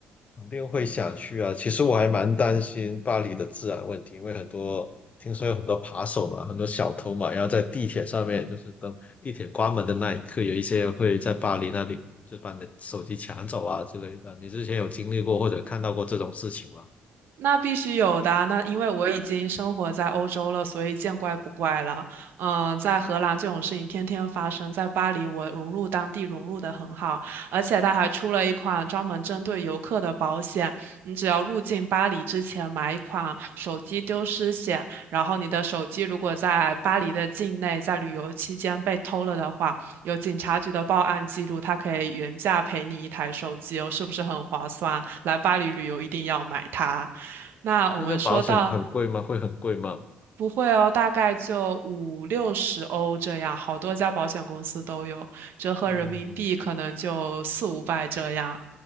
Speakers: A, on the left (about 40°); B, on the right (about 70°).
A: 肯定会想去啊。其实我还蛮担心巴黎的治安问题，因为很多听说有很多扒手嘛，很多小偷嘛，然后在地铁上面，就是等地铁关门的那一刻，有一些会在巴黎那里就把你的手机抢走啊之类的。你之前有经历过或者看到过这种事情吗？
B: 那必须有的啊那因为我已经生活在欧洲了，所以见怪不怪了。嗯，在荷兰这种事情天天发生，在巴黎我融入当地融入的很好，而且他还出了一款专门针对游客的保险，你只要入境巴黎之前买一款手机丢失险，然后你的手机如果在巴黎的境内在旅游期间被偷了的话，有警察局的报案记录，他可以原价赔你一台手机哦，是不是很划算？来巴黎旅游一定要买它。那我们说到
A: 那这个保险很贵吗？会很贵吗？
B: 不会哦，大概就五六十欧这样，好多家保险公司都有，折合人民币可能就四五百这样。
A: 嗯